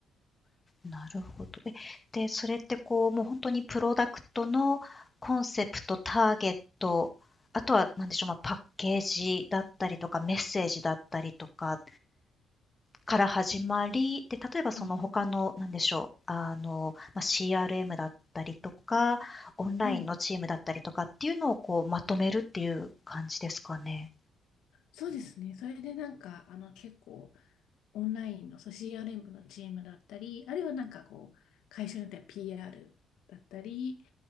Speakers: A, on the left; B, on the left.
A: ーなるほど。え、で、それってこう、もう本当にプロダクトのコンセプト、ターゲット、あとは、なんでしょう、まあ、パッケージだったりとか、メッセージだったりとか、から始まり、で、例えばその他の、
B: うん
A: なんでしょう、あの、まあ、CRM だったりとか、オンラインのチームだったりとかっていうのをこうまとめるっていう感じですかね。
B: はい。そうですね。それでなんか、あの、結構、オンラインの組織連部のチームだったり、あるいはなんかこう、会社によっては PR だったり、